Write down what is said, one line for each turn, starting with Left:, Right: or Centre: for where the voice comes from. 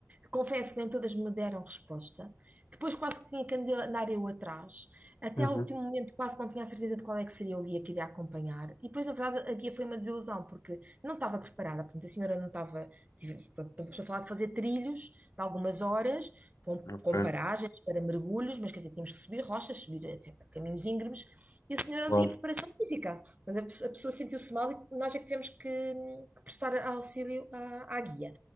Right: Confesso que nem todas me deram resposta. Depois quase que tinha que andar eu atrás. Até
Left: Uhum,
Right: ao último momento quase não tinha a certeza de qual é que seria o guia que iria acompanhar. E depois, na verdade, a guia foi uma desilusão, porque não estava preparada. Portanto, a senhora não estava Tive- pronto, Estamos a falar de fazer trilhos de algumas horas, com,
Left: ok,
Right: com paragens para mergulhos, mas quer dizer, tínhamos que subir rochas, subir, etc., caminhos íngremes, e a senhora
Left: Claro,
Right: não tinha preparação física. Portanto, a, pessoa a pessoa sentiu-se mal e nós é que tivemos que, hum, que prestar auxílio à, à guia.